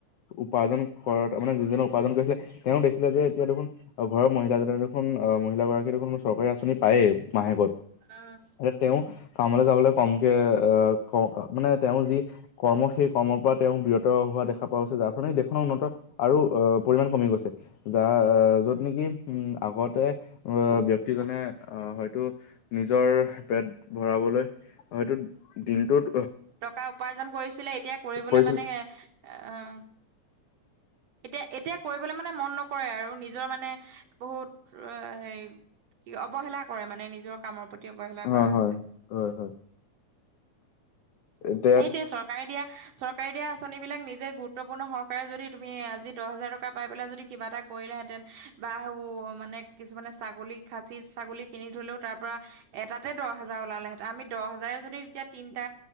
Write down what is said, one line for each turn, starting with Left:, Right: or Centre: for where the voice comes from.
Left: উপাৰ্জন কৰা, মানে যিজনে উপাৰ্জন কৰিছিলে, তেওঁ দেখিলে যে এতিয়া দেখোন ঘৰৰ মহিলাজনীয়ে দেখোন অ, মহিলাাগৰাকী দেখোন চৰকাৰী আঁচনি পায়েই মাহেকত।
Right: অ,
Left: এতিয়া তেওঁ কামলৈ যাবলৈ কমকে আহ, ক, মানে তেওঁৰ যি কৰ্ম সেই কৰ্মৰ পৰা তেওঁ বিৰত হোৱা দেখা পোৱা গৈছে, যাৰ ফলত সেই দেশখনৰ উন্নত আৰু অ, পৰিমাণ কমি গৈছে। যাৰ যত নেকি, উম, আগতে আহ ব্যক্তিজনে আহ, হয়তো নিজৰ পেট ভৰাবলৈ, হয়তো দিনটোত
Right: টকা উপাৰ্জন কৰিছিলে, এতিয়া কৰিবলৈ
Left: কৰিছিল
Right: মানে আহ এতিয়া, এতিয়া কৰিবলৈ মানে মন নকৰে আৰু নিজৰ মানে বহুত <inaudible> হেই, অৱহেলা কৰে মানে নিজক। কামৰ প্ৰতি অৱহেলা
Left: হয়
Right: কৰা হৈছে,
Left: হয় হয় হয় এতিয়া
Right: সেইটোৱে চৰ চৰকাৰে দিয়া, চৰকাৰে দিয়া আঁচনি বিলাক নিজে গুৰুপূৰ্ণত্ব সহকাৰে যদি তুমি আজি দহহেজাৰ টকা পাই পিলাই যদি কিবা এটা কৰিলেহেঁতেন বা ও, মানে কিছুমানে ছাগলী খাচি, ছাগলী কিনি থলেও তাৰ পৰা এটাতে দহ হাজাৰ ওলালেহেঁতেন। আমি দহ হাজাৰে যদি তেতিয়া তিনটা,